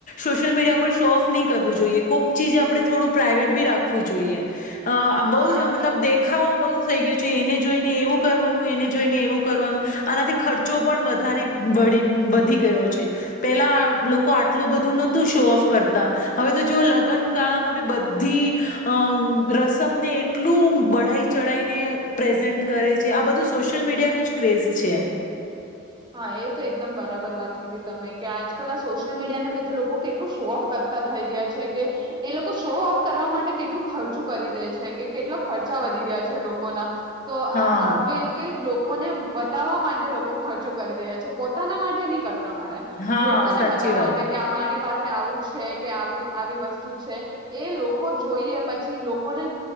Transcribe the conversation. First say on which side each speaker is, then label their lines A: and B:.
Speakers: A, on the left (about 40°); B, on the right (about 20°).
A: સોશિયલ મીડિયા શોફ નહી કરવું જોઈએ કોઈક ચીજ આપણે થોડું પ્રઇવેટ બી રાખવું જોઈએ. અ
B: હા
A: આ બહુ જ મતલબ
B: પર
A: દેખાવો બહુ થઈ ગયું છે એને જોઈને એવું કરવાનું એને જોઈને એવું કરવાનું આનાથી ખર્ચો પણ વધારે વદી વધી ગયો છે પેલા લોકો આટલું બધું નહોતું શોફ કરતા હવે તો જો લગન ગાળામાં બી બધ બધી અ રસમને એટલું બઢાઈ ચઢાઈને પ્રેઝન્ટ કરે છે આ બધું સોશિયલ મીડિયાનું જ ક્રેઝ છે.
B: હા એ તો એકદમ બરાબર વાત કીધી તમે કે આજકાલ આ સોશિયલ મીડિયાને લીધે લોકો કેટલું શો ઓફ કરતા થઈ ગયા છે કે એ લોકો શો ઓફ કરવા માટે કેટલું ખર્ચું કરી દે છે કે કેટલા ખર્ચા વધી ગયા છે એ લોકોના તો આ
A: હા
B: આવે એવુ કે લોક કોને બતાવવા માટે લોકો ખ ખર્ચો કરી રહ્યા છે પોતાના માટે નહી કર ન મળે
A: હા
B: લોકોને
A: સાચી
B: બતાવા
A: વાત
B: માટે કે આ મારી પાસે આવું છે કે આવુ આવી વસ્તુ છે એ લોકો જોઈએ પછી લોકોને